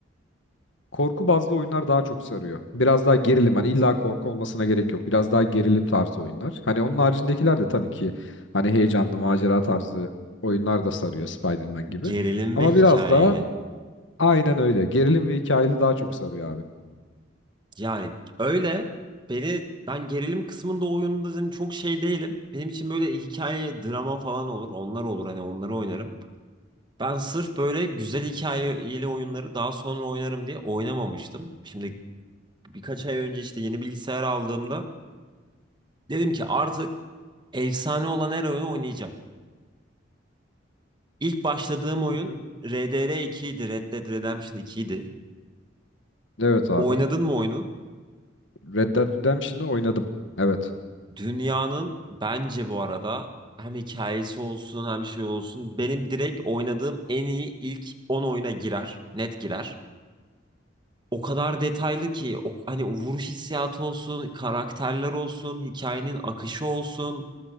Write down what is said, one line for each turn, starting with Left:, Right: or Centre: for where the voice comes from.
Left: Korku bazlı oyunlar daha çok sarıyor. Biraz daha gerilim. Hani illa korku olmasına gerek yok. Biraz daha gerilim tarzı oyunlar. Hani onun haricindekiler de tabii ki hani heyecanlı macera tarzı oyunlar da sarıyor Spider-Man gibi.
Right: Gerilim
Left: Ama
Right: ve hikayeli.
Left: biraz daha aynen öyle. Gerilim ve hikayeli daha çok sarıyor abi.
Right: Yani öyle beni ben gerilim kısmında oyunda dedim çok şey değilim. Benim için böyle hikaye, drama falan olur. Onlar olur hani onları oynarım. Ben sırf böyle güzel hikayeli oyunları daha sonra oynarım diye oynamamıştım. Şimdi birkaç ay önce işte yeni bilgisayar aldığımda dedim ki artık efsane olan her oyunu oynayacağım. İlk başladığım oyun
Left: Hı hı.
Right: RDR 2 idi, Red Dead Redemption 2 idi.
Left: Evet abi.
Right: Oynadın mı oyunu?
Left: Red Dead Redemption'ı oynadım. Evet.
Right: Dünyanın bence bu arada hem hikayesi olsun hem şey olsun benim direkt oynadığım en iyi ilk 10 oyuna girer. Net girer. O kadar detaylı ki o, hani o vuruş hissiyatı olsun, karakterler olsun, hikayenin akışı olsun,